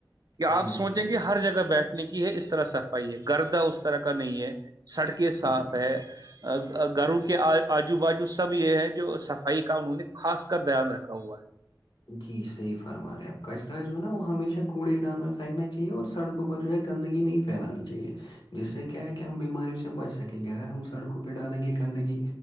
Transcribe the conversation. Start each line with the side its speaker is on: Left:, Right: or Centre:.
Right: آپ
Left: جی جی
Right: سوچیں
Left: جی جی
Right: گے ہر جگہ بیٹھنے کی ہے اس طرح صفائی ہے گردہ اس طرح کا نہیں ہے سڑکیں صاف
Left: جی جی
Right: ہے گھروں کے آجو بازو سب یہ ہیں جو صفائی کا انہوں نے خاص کا بیان رکھا ہوا ہے
Left: جی صحیح فرما رہےپ کچرا جو ہے نا وہ ہمیشہ کوڑے دان میں پھینکنا چاہیے اور سڑکوں پر جو ہے گندگی نہیں پھیلانی چاہیے جس سے کیا ہے کہ ہم بیماریوں سے بچ سکیں گے اگر ہم سڑکوں پہ ڈالیں گے گندگی